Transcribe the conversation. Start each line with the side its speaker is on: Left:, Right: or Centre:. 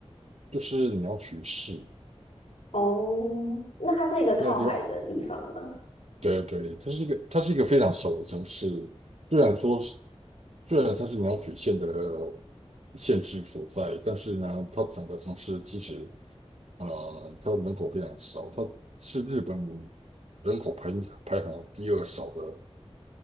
Right: 就是你要取势，
Left: 哦，那它是一个靠海的地方吗？
Right: 那个地方对对，它是一个，它是一个非常小的城市。虽然说是，虽然它是鸟取县的县治所在，但是呢，它整个城市其实，呃，它的人口非常少，它是日本人口排排行第二少的